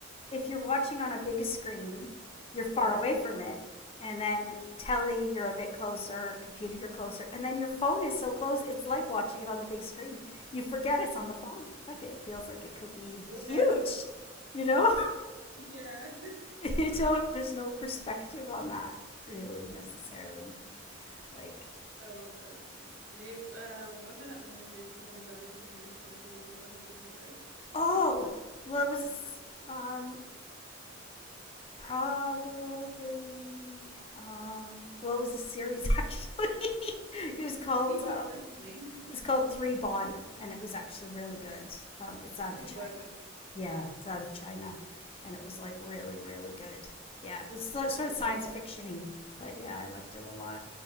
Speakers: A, on the left; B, on the right.
A: if you're watching on a big screen, you're far
B: Yeah.
A: away from it, and then
B: Mhm.
A: telly, you're a bit closer, computer, you're closer, and then your phone is so close, it's like watching it on the big screen. You forget it's
B: Mhm.
A: on the phone. Like it feels like it could be
B: Yeah.
A: huge, you know?
B: Yeah.
A: <laughs> you don't, there's no perspective on that really necessarily. Like,
B: So, uh, do you, uh, what kind of movies movies have you seen recently? Do you want to give me like
A: oh,
B: maybe one
A: well, it was
B: actor?
A: um Probably. Um, well, it was a series actually. <laughs> it was called
B: Yeah, yeah,
A: um,
B: that's fine.
A: it's called Three Body, and it was actually really good. Um, it's out
B: Everybody.
A: of China. Yeah, it's out of China, and it was like really, really good. Yeah, it was so- sort
B: Uh,
A: of science
B: What, what
A: fictiony, but yeah, I liked it a lot.